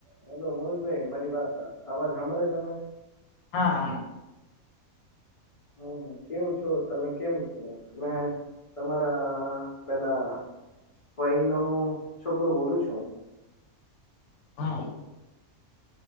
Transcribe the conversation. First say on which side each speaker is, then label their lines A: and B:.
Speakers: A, on the left (about 45°); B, on the left (about 85°).
A: Hello મનોજભાઈ મારી વાત, અવાજ સંભળાય તમે
B: હા.. હા
A: હમ, કેવું છો? તમે કેમ છો? એમ તમારા, પેલા ફઈ નો છોકરો બોલું છું.
B: હા..